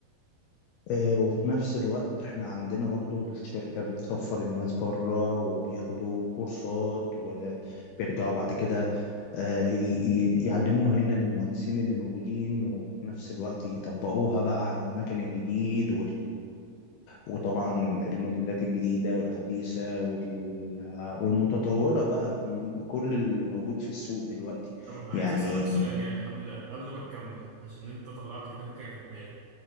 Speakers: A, on the left; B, on the right.
A: آه، وفي نفس الوقت احنا عندنا برضو الشركة بتسفر الناس بره وبياخدوا كورسات وبيرجعوا بعد كده آه، ي- ي- يعلموها هنا للمهندسين اللي موجودين وفي نفس الوقت يطبقوها بقى على المكن الجديد وطبعا الموديلات الجديدة والحديثة وال... والمتطورة بقى بكل اللي موجود في السوق دلوقتي
B: طب انا عايز
A: يعني
B: اسالك سؤال يعني قبل قبل ما تكمل عشان انت طلعت كده فكره في دماغي